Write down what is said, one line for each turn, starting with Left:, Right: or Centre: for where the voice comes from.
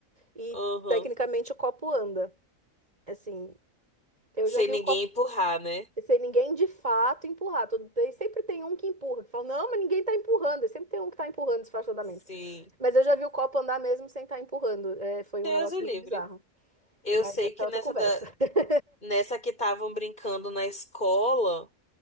Right: e
Left: aham.
Right: tecnicamente o copo anda. Assim, eu
Left: Sem
Right: já vi
Left: ninguém
Right: o copo
Left: empurrar, né?
Right: sem ninguém de fato empurrar. Todo, tem- sempre tem um que empurra, que fala, não, mas ninguém tá empurrando. E sempre tem um que tá empurrando disfarçadamente.
Left: Sim.
Right: Mas eu já vi o copo andar mesmo sem estar empurrando. É, foi
Left: Deus
Right: um negócio
Left: o livre.
Right: meio bizarro.
Left: Eu
Right: Mas
Left: sei
Right: essa
Left: que
Right: é outra
Left: nessa
Right: conversa.
Left: da,
Right: <laughs>
Left: nessa que estavam brincando na escola,